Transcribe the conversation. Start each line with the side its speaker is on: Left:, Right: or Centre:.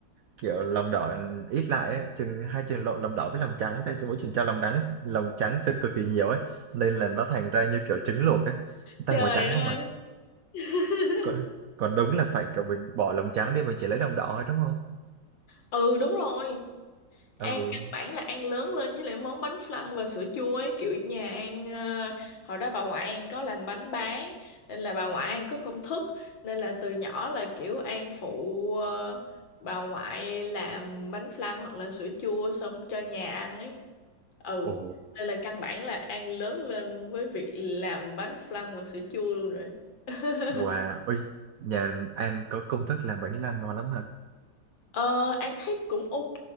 Right: kiểu lòng đỏ ít lại ấy. Trường hai trường lộn lòng đỏ với lòng trắng thôi mỗi trường cho lòng trắng lòng trắng sự cực kỳ nhiều ấy nên là nó thành ra như kiểu trứng luộc ấy
Left: trời
Right: toàn màu trắng
Left: ơi
Right: không mà
Left: <laughs>
Right: còn, còn đúng là phải kiểu mình bỏ lòng trắng đi mình chỉ lấy lòng đỏ thôi đúng không
Left: ừ đúng rồi An
Right: ừ
Left: căn bản là An lớn lên với lại món bánh flan và sữa chua ấy kiểu nhà An ờ, hồi đó bà ngoại An có làm bánh bán nên là bà ngoại An có công thức nên là từ nhỏ là kiểu An phụ ờ, bà ngoại làm bánh flan hoặc là sữa chua xong cho nhà ăn ấy ừ
Right: Ồ,
Left: nên là căn bản là An lớn lên với việc làm bánh flan và sữa chua luôn rồi <laughs>
Right: wow, ui, nhà anh có công thức làm bánh lan ngon lắm hả?
Left: Ờ, An thấy cũng ok